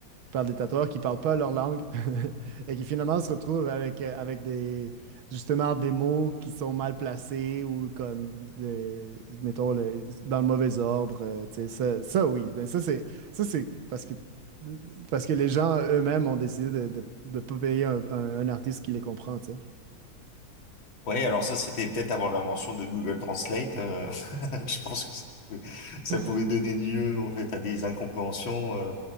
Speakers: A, on the right; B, on the left.
A: par des tatoueurs qui ne parlent pas leur langue <laughs> et qui finalement se retrouvent avec, euh, avec des, justement des mots qui sont mal placés ou comme, le- mettons, le- dans le mauvais ordre. euh, tu sais, ça, ça, oui. Mais ça, c'est ça, c'est parce que, parce que les gens eux-mêmes ont décidé de ne de- de pas payer un, un- un artiste qui les comprend, tu sais.
B: Ouais, alors ça, c'était peut-être avant l'invention de Google Translate. euh, <laughs> je pense que ça pouvait, ça
A: <laughs>
B: pouvait donner lieu en fait à des incompréhensions. euh.